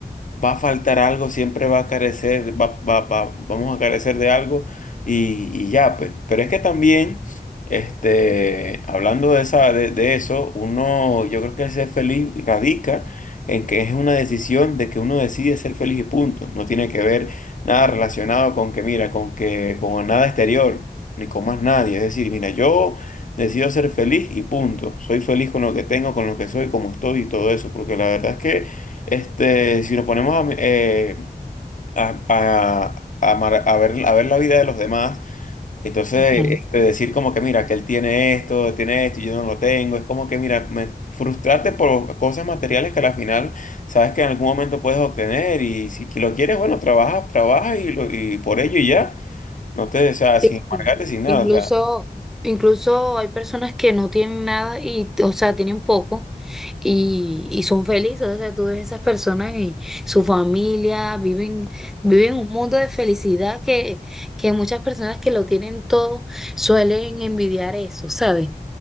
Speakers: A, on the left; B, in the centre.
A: va a faltar algo, siempre va a carecer, va- va- va- vamos a carecer de algo y, y ya, pues. Pero es que también, este, hablando de esa, de, de eso, uno, yo creo que el ser feliz radica en que es una decisión de que uno decide ser feliz y punto. No tiene que ver nada relacionado con que, mira, con que, con nada exterior, ni con más nadie. Es decir, mira, yo decido ser feliz y punto. Soy feliz con lo que tengo, con lo que soy, como estoy y todo eso, porque la verdad es que este, si nos ponemos a, eh, a- a- a mar- a ver, a ver la vida de los demás, entonces
B: <laughs>
A: este, decir como que mira, que él tiene esto, tiene esto y yo no lo tengo, es como que mira, me- frustrarte por cosas materiales que al final sabes que en algún momento puedes obtener y si que lo quieres, bueno, trabaja, trabaja y, lo- y por ello y ya, no te, o sea,
B: Sí,
A: sin amargarte,
B: sí.
A: sin nada,
B: Incluso,
A: o sea,
B: incluso hay personas que no tienen nada y, o sea, tienen poco y, y son felices. O sea, tú ves esas personas y su familia viven, viven un mundo de felicidad que, que muchas personas que lo tienen todo suelen envidiar eso, ¿sabes?